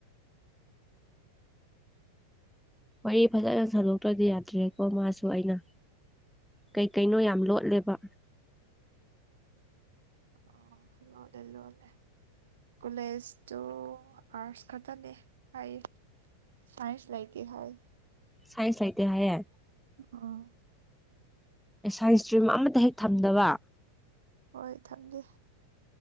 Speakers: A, in the centre; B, on the right (about 60°).
A: ꯋꯥꯔꯤ ꯐꯖꯅ ꯁꯥꯟꯗꯣꯛꯇ꯭ꯔꯗꯤ ꯌꯥꯗ꯭ꯔꯦꯀꯣ ꯃꯥꯁꯨ ꯑꯩꯅ ꯀꯩ ꯀꯩꯅꯣ ꯌꯥꯝ ꯂꯣꯠꯂꯦꯕ
B: ꯑꯣ ꯑꯣ ꯂꯣꯠꯂꯦ ꯂꯣꯠꯂꯦ ꯀꯣꯂꯦꯖꯇꯣ ꯑꯥꯔꯠꯁ ꯈꯛꯇꯅꯦ ꯍꯥꯏꯌꯦ ꯁꯥꯏꯟꯁ ꯂꯩꯇ ꯍꯥꯏꯌꯦ
A: ꯁꯥꯏꯟꯁ ꯂꯩꯇꯦ ꯍꯥꯏꯌꯦ
B: ꯑꯣ
A: ꯑꯦ ꯁꯥꯏꯟꯁ ꯁ꯭ꯇꯔꯤꯝ ꯑꯃꯇ ꯍꯦꯛ ꯊꯝꯗꯕ
B: ꯍꯣꯏ ꯊꯝꯗꯦ